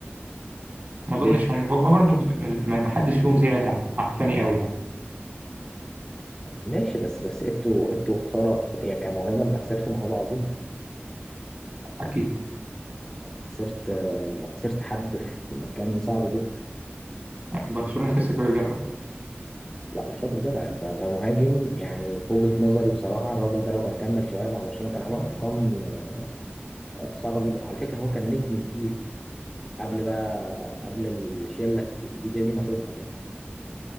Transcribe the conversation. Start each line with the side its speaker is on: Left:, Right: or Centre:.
Right: ما اظنش
Left: <laughs> بيب
Right: يعني برضه ما ما حدش فيهم زعل على التاني قوي يعني
Left: ماشي بس بس ايتو ايتو خسارة يعني كموهبة أنت خسرت موهبة عظيمة
Right: اكيد
Left: خسرت آه، خسرت حد في مكان صعب جدا
Right: برشلونة خسرت ورجعت
Left: لا مش فاكر جدع انت ده مهاجم يعني في وجهة نظري بصراحة الراجل ده لو كان كمل شوية مع برشلونة كان عمل أرقام آه، صعبة جدا وعلى فكرة هو كان نجم الجيل قبل بقى قبل الشلة الجديدة دي ما تظهر يعني